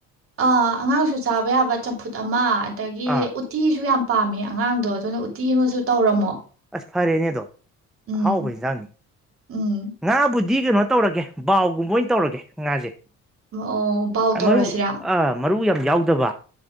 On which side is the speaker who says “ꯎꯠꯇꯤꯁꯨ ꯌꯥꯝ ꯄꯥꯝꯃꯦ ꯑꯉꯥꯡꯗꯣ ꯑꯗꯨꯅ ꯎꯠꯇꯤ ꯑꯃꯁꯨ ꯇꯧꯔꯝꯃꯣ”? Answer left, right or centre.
Right